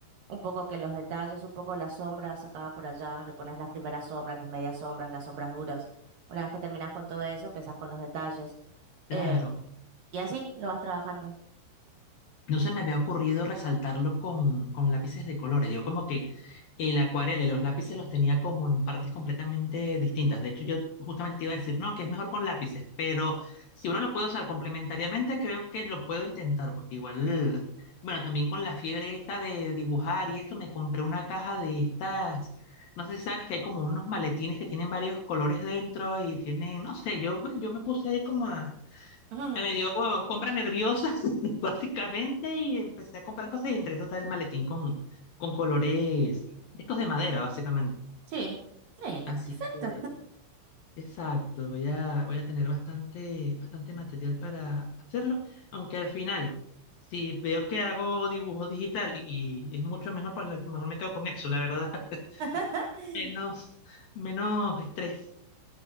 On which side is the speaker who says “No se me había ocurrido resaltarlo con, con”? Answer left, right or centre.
Left